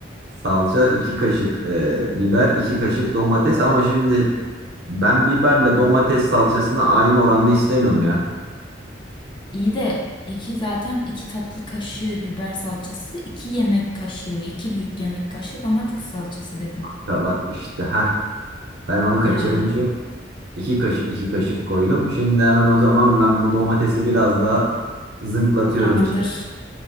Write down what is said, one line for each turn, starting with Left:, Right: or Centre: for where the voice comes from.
Right: Salça 2 kaşık, e, biber 2 kaşık, domates ama şimdi ben biberle domates salçasını aynı oranda istemiyorum ya.
Left: İyi de iki zaten iki tatlı kaşığı biber salçası, iki yemek kaşığı, iki büyük yemek kaşığı domates salçası dedim.
Right: Kanka Bak işte ha ben onu kaçırmışım.
Left: Ya
Right: 2 kaşık 2 kaşık koydum. Şimdi hemen o zaman ben bu domatesi biraz daha zınklatıyorum
Left: arttır.
Right: içine.